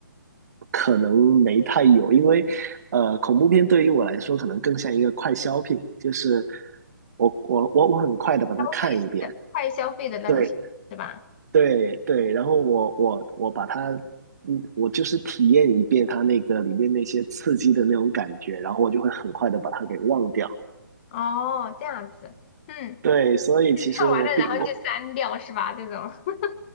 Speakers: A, on the right (about 55°); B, on the left (about 30°).
A: 可能没太有，因为呃，恐怖片对于我来说可能更像一个快消品，就是我我我我很快的把它看一遍，
B: 类似的快消费的那种是吧？
A: 对对对，然后我我我把它，嗯，我就是体验一遍它那个里面那些刺激的那种感觉，然后我就会很快的把它给忘掉。
B: 哦，这样子，嗯，
A: 对，所以其实我并我
B: 看完了然后就删掉是吧？这种 <laughs>